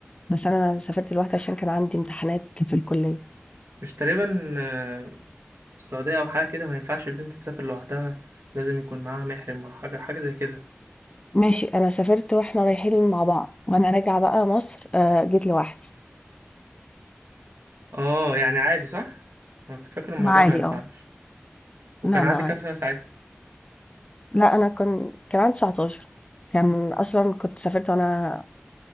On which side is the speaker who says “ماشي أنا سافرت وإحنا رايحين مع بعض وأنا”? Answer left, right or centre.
Left